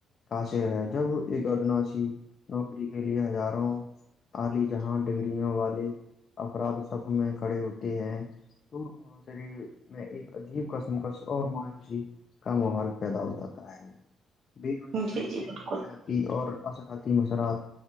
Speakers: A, on the left (about 50°); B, on the right (about 60°).
A: قاصر ہے جب ایک ادناسی نوکری کے لیے ہزاروں الی جہاں ڈگری وہ والے اپراد سب میں کھڑے ہوتے ہیں تو شریر میں ایک عجیب قسم کا اور مایوسی کا ماحول پیدا ہو جاتا ہے بے روزگاری
B: جی جی
A: کے
B: بالکل
A: نقشات اور اثراتی مثرات